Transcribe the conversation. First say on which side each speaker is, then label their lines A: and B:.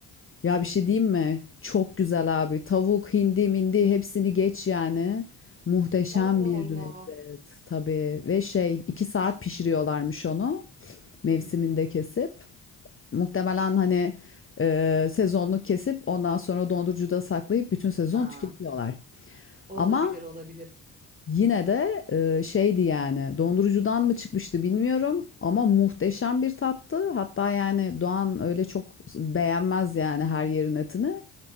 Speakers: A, on the left; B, on the right.
A: Ya bir şey diyeyim mi? Çok güzel abi. Tavuk, hindi, mindi hepsini geç yani. Muhteşem
B: Allah
A: bir
B: Allah.
A: lezzet tabii. Ve şey iki saat pişiriyorlarmış onu mevsiminde
B: Üf.
A: kesip. Muhtemelen hani, eee, sezonluk kesip ondan sonra dondurucuda saklayıp bütün sezon
B: Ha,
A: tüketiyorlar.
B: olabilir
A: Ama
B: olabilir.
A: yine de, eee, şeydi yani, dondurucudan mı çıkmıştı bilmiyorum ama muhteşem bir tattı. Hatta yani Doğan öyle çok beğenmez yani her yerin etini